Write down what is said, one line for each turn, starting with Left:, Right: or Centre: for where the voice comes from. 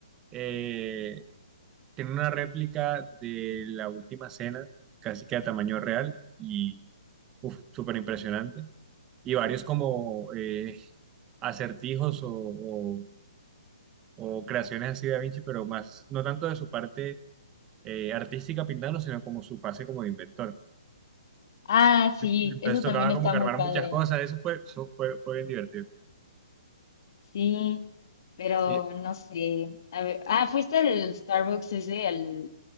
Right: eh, Tiene una réplica de la última cena, casi que a tamaño real, y uf, súper impresionante. Y varios como eh, acertijos o, o- o creaciones así de Da Vinci, pero más, no tanto de su parte eh, artística pintando, sino como su fase como de inventor.
Left: Ah, sí,
Right: Entonces
Left: eso
Right: tocaba
Left: también está
Right: como que
Left: muy
Right: armar
Left: padre.
Right: muchas cosas, eso fue, eso fue, fue bien divertido.
Left: Sí, pero
Right: sí
Left: no sé. A ver, ah, ¿fuiste al Starbucks ese, al